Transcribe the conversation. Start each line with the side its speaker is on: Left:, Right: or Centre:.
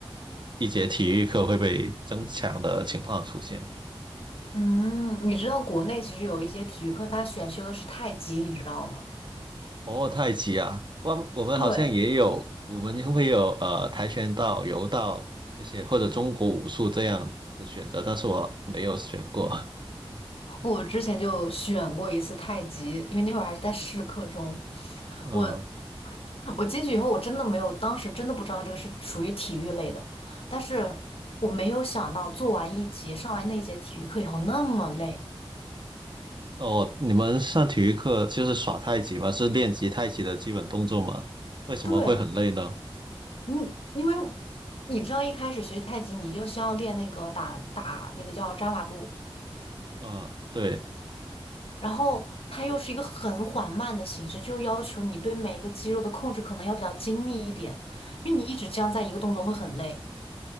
Right: 一节体育课会被争抢的情况出现。
Left: 嗯，你知道国内其实有一些体育课，它选修的是太极，你知道吗？
Right: 哦，太极啊，我我们好像也有，
Left: 对，
Right: 我们会有呃跆拳道、柔道这些，或者中国武术这样的选择，但是我没有选过。
Left: 我之前就选过一次太极，因为那会儿还是在试课中，
Right: <laughs> 嗯，
Left: 我。我进去以后，我真的没有，当时真的不知道这个是属于体育类的，但是我没有想到做完一节，上完那一节体育课以后那么累。
Right: 哦，你们上体育课就是耍太极吗？是练习太极的基本动作吗？为什么会很累呢？
Left: 对，嗯，因为你知道一开始学太极，你就需要练那个打打那个叫扎马步，
Right: 嗯，对，
Left: 然后它又是一个很缓慢的形式，就要求你对每一个肌肉的控制可能要比较精密一点，因为你一直这样在一个动作会很累。